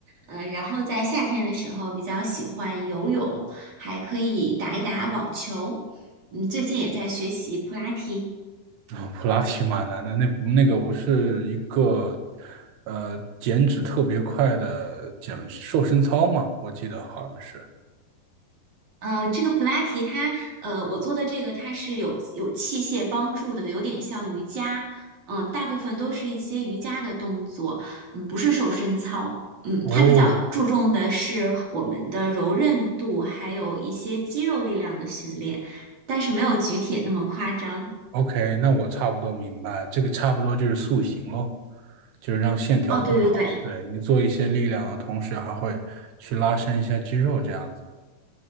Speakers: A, on the right; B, on the right.
A: 呃，然后在夏天的时候比较喜欢游泳，还可以打一打网球。嗯，最近也在学习普拉提。
B: 啊、普拉提蛮难的，那那个不是一个呃减脂特别快的减瘦身操吗？我记得好像是。
A: 呃，这个普拉提它，呃，我做的这个它是有有器械帮助的，有点像瑜伽，嗯、大部分都是一些瑜伽的动作，嗯，不是瘦身操，嗯，
B: 哦
A: 它比较注重的是我们的柔韧度，还有一些肌肉力量的训练，但是没有举铁那么夸张。
B: ，OK，那我差不多明白，这个差不多就是塑形喽，就是让线条更好。
A: 哦，对对对，
B: 对，你做一些力量的同时，还会去拉伸一下肌肉，这样子。